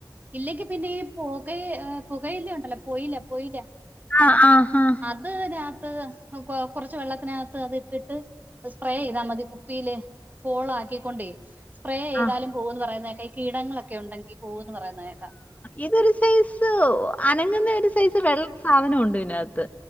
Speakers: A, on the right; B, on the left.
A: ഇല്ലെങ്കി പിന്നെ ഈ പുകെ ഏഹ് പുകയിലണ്ടല്ലോ പൊയ്ല പൊയ്ല
B: ആഹ് ആഹ് ആഹ്
A: അത് രാത്ത് ആഹ് കൊ കൊറച്ച് വെള്ളത്തിനാത്ത് അത് ഇട്ടിട്ട് സ്പ്രേ യ്താ മതി കുപ്പില് ഹോളാക്കിക്കൊണ്ടേ സ്പ്രേ ചെയ്താലും
B: ആ
A: പോകൂന്ന് പറയുന്ന കേക്കാ ഈ കീടങ്ങളൊക്കെ ഉണ്ടെങ്കി പോകൂന്ന് പറയുന്ന കേക്കാം
B: ഇതൊരു സൈസ് അനങ്ങുന്ന ഒരു സൈസ് വെള്ള സാധനം ഉണ്ട് ഇതിനകത് ത്